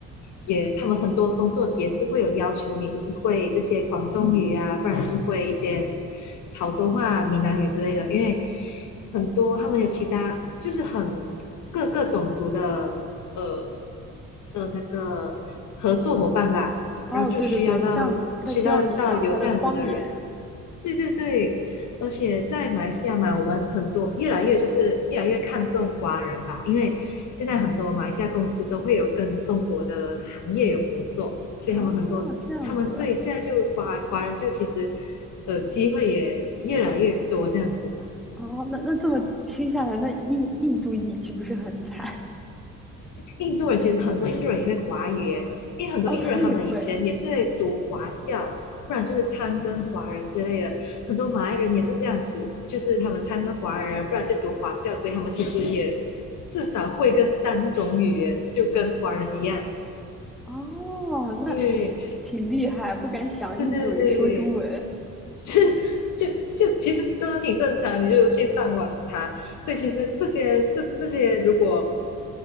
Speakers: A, on the left; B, in the centre.
A: 也，他们很多工作也是会有要求你，就是会这些广东语啊，不然就是会一些潮州话啊、闽南语之类的。因为很多他们有其他，就是很各个种族的呃的那个合作伙伴吧，
B: 哦，
A: 然后就需要到需要到有这样子的人，
B: 对对对，这样他希望你讲他的方言。
A: 对对对，而且在马来西亚嘛，我们很多越来越就是越来越看重华人吧，因为现在很多马来西亚公司都会有跟中国的行业有合作，所以他们很多他们对现在就华华人就其实
B: 哦，这样子。
A: 呃机会也越来越多这样子吧。
B: 哦，那那这么听下来，那印印度裔岂不是很惨？
A: 印度人其实很多印度人也会华语耶，因为很多印度人他们以前也是会读华校，
B: 哦，他们也会。
A: 不然就是参跟华人之类的。很多马来人也是这样子，就是他们参跟华人，不然就读华校，所以他们其实也至少会个三种语言，就跟华人一样。
B: 哦，那
A: 对，
B: 挺厉害，不敢想印度人说中文。
A: 对对对，是。就就其实真的挺正常，你就去上网查。所以其实这些这这些，如果